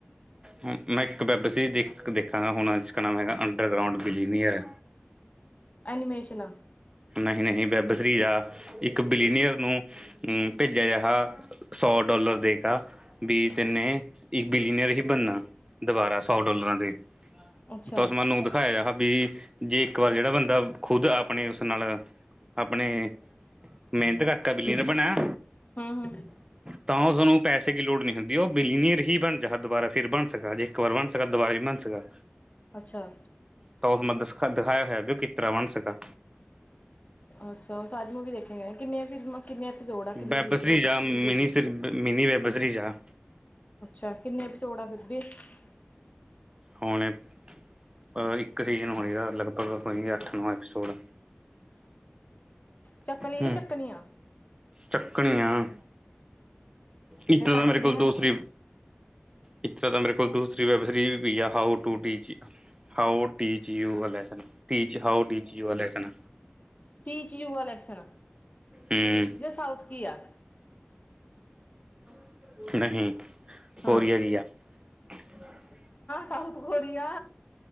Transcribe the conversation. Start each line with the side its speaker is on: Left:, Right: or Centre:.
Right: ਮ ਮੈਂ ਇੱਕ ਵੈੱਬ ਸੀ ਦੇਖ ਦੇਖਾਂਗਾ ਹੋਣਾਚ ਕ ਨਾਮ ਹੈਗਾ ਅੰਡਰਗਰਾਊਂਡ ਬਿਲੀਨੀਅਰ।
Left: ਏਨੀਮੇਸਸ਼ਨ ਆ।
Right: ਨਹੀਂ ਨਹੀਂ, ਬੈਬਸਰੀਜ ਹਾਂ ਇੱਕ ਬਿਲੀਨੀਅਰ ਨੂੰ ਹੂੰ ਭੇਜਿਆ ਜਾਹਾ ਸੌ ਡੋਾਲਰ ਦੇਗਾ ਬੀ ਤੈਨੇ ਇੱਕ ਬਿਲੀਨੀਅਰ ਹੀ ਬਣਨਾ ਦੁਬਾਰਾ ਸੌ ਡੋਾਲਰਾਂ ਦੇ।
Left: ਅੱਛਾ
Right: ਤੁਸ ਮੈਨੂੰ ਦਿਖਾਇਆ ਹਾ ਬੀ। ਜੇ ਇੱਕ ਵਾਰ ਜਿਹੜਾ ਬੰਦਾ ਖੁਦ ਆਪਣੇ ਉਸ ਨਾਲ ਆਪਣੇ ਮਿਹਨਤ ਕਾਰਕੇ ਬਿੱਲੀ ਨੇ ਬਣਿਆ
Left: ਹੂੰ ਹੂੰ
Right: ਤਾਂ ਉਸਨੂੰ ਪੈਸੇ ਕੀ ਲੋੜ ਨਹੀਂ ਹੁੰਦੀ ਉਹ ਬਿਲੀਨੀਅਰ ਹੀ ਬਣ ਜਹਾ ਦੁਬਾਰਾ ਫਿਰ ਬਣ ਸਕਾ, ਜੇ ਇੱਕ ਵਾਰ ਬਣ ਸਕਾ, ਦੁਬਾਰਾ ਹੀਂ ਬਣ ਸਕਾ।
Left: ਅੱਛਾ
Right: ਤਾਂ ਉਸ <unintelligible> ਤਰਵਣ ਸਕਾ
Left: ਅੱਛਾ, ਉਹ ਸਾਨੂੰ ਵੀ ਵੇਖੇ ਗਏ ਕਿੰਨੇ ਫਿਲਮਾਂ ਕਿੰਨੇ ਐਪੀਸੋਡ ਆ ਕਿੰਨੇ
Right: ਬੈਂਬਸਾਰੀਜ਼
Left: ਸੀਜ਼ਨ ਆ
Right: ਅ ਮਿਨੀ <unintelligible> ਮਿਨੀ ਵੈਬਜ਼ਰੀਜ ਆ।
Left: ਅੱਛਾ <unintelligible>
Right: ਹੋਣੇ, ਅ ਇੱਕ ਸੀਜਨ ਹੋਣੀ ਜਾ ਲਗਭਗ ਹੋਈ ਅੱਠ ਨੌ ਐਪੀਸੋਡ।
Left: ਚੱਕਲੀ
Right: ਹੂੰ
Left: ਕਿ ਚੱਕਣੀਆਂ।
Right: ਚੱਕਣੀਆਂ। ਇੱਤਨਾ
Left: ਫਿਰ ਕਾ
Right: ਦਾ ਮੇਰੇ
Left: ਚੱਕੇ
Right: ਕੋਲ
Left: ਆ
Right: ਦੂਸਰੀ ਇਸ ਤਰ੍ਹਾਂ ਤਾਂ ਮੇਰੇ ਕੋਲ ਦੂਸਰੀ ਵੈੱਬ ਸੀਰੀਜ਼ ਪਈ ਆ। How to teach, how teach you a lesson, teach how teach you a lesson.
Left: Teach you a lesson.
Right: ਹੂੰ
Left: ਜੈ ਸਾਊਥ ਕੀ ਆ।
Right: <unintelligible>
Left: ਹਾਂ ਸਤ ਖੋਰੀ ਆ।